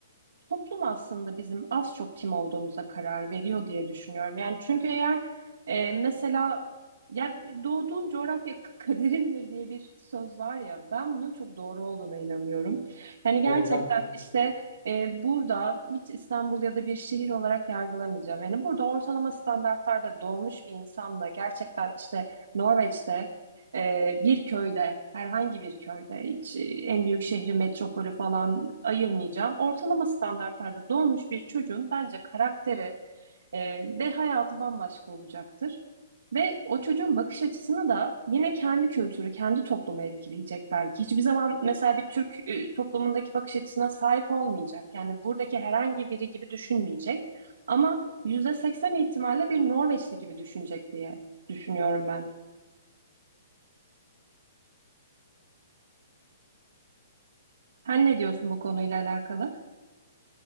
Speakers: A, on the right (about 80°); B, on the left (about 85°).
A: toplum aslında bizim az çok kim olduğumuza karar veriyor diye düşünüyorum. Yani çünkü eğer e, mesela ya doğduğun coğrafya k- kaderindir diye bir söz var ya ben bunun çok doğru olduğuna inanıyorum. Yani gerçekten
B: Doğru ben de katılıyorum.
A: işte e, burada hiç İstanbul ya da bir şehir olarak yargılamayacağım. Yani burada ortalama standartlarda doğmuş bir insanla gerçekten işte Norveç'te ee, bir köyde, herhangi bir köyde, hiç e, en büyük şehri, metropolü falan ayırmayacağım. Ortalama standartlarda doğmuş bir çocuğun bence karakteri e, ve hayatı bambaşka olacaktır. Ve o çocuğun bakış açısını da yine kendi kültürü, kendi toplumu etkileyecek belki. Hiçbir zaman mesela bir Türk e, toplumundaki bakış açısına sahip olmayacak. Yani buradaki herhangi biri gibi düşünmeyecek. Ama %80 ihtimalle bir Norveçli gibi düşünecek diye düşünüyorum ben. Sen ne diyorsun bu konuyla alakalı?